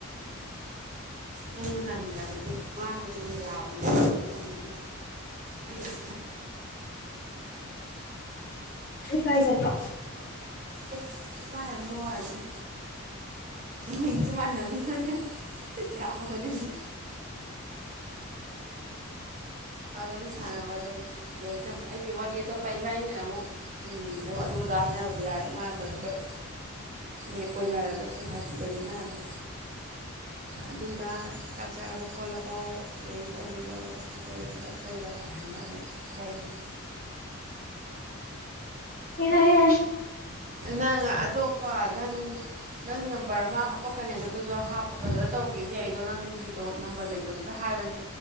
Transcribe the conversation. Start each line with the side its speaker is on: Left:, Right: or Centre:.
Right: ꯅꯪꯅ ꯇꯟꯗ꯭ꯔꯒꯗꯤ ꯃꯥꯁꯨ ꯑꯗꯨꯝ ꯌꯥꯕꯅꯦꯅ ꯑꯗꯨꯝ ꯑꯩꯁꯨ
Left: ꯀꯥꯏ ꯆꯠꯇ꯭ꯔꯣ
Right: ꯑꯦ ꯏꯀꯥꯟꯅ ꯂ ꯑꯗꯨꯝ ꯃꯤꯡꯁꯨ ꯃꯥꯟꯅꯅꯤ ꯃꯥꯅꯦ ꯌꯥꯕꯅꯤ ꯑꯗꯨꯝ ꯑꯗꯨ ꯑꯗꯨꯝ ꯁꯥꯟꯅꯕ ꯑꯗꯨꯝ ꯂꯥꯏꯔꯤꯛꯝ ꯑꯩꯗꯤ ꯋꯥꯔꯤ ꯑꯇꯣꯞꯄ ꯏꯕꯥꯅꯤꯅꯤꯅ ꯑꯃꯨꯛ ꯑꯗꯨꯝ ꯑꯗꯨꯗ ꯍꯥꯏꯅꯕꯁꯨ ꯌꯥꯏ ꯃꯥꯅ ꯍꯥꯏꯐꯦꯠ ꯍꯦꯛ ꯀꯣꯏꯅꯔꯒꯁꯨ ꯍꯥꯏꯗꯤ ꯂꯩꯗꯅ ꯑꯗꯨꯝ ꯑꯗꯨꯗ ꯆꯥꯛ ꯆꯥꯔꯕ ꯈꯣꯠꯂꯕꯣ ꯑꯗꯒꯤ ꯇꯧꯕꯤꯔꯣ ꯇꯣꯏꯔꯒ ꯆꯩꯣꯏꯔꯒ ꯍꯥꯏꯅ ꯑꯗꯨꯝ ꯌꯥꯏꯗꯅ
Left: ꯌꯥꯏ ꯌꯥꯏ
Right: ꯅꯪꯉ ꯑꯇꯣꯞ ꯄ ꯅꯪ ꯅꯪ ꯅꯝꯕꯔ ꯑꯃ ꯍꯥꯄꯛꯀꯅꯦꯗ ꯑꯗꯨꯁꯨ ꯍꯥꯞꯄꯛꯒꯗꯨꯗ ꯇꯧꯒꯦꯗꯤ ꯌꯥꯏ ꯑꯗꯣ ꯅꯪꯒꯤꯗꯣ ꯅꯝꯕꯔ ꯂꯩꯇꯕꯗꯨꯗ ꯍꯥꯏꯕꯅꯦ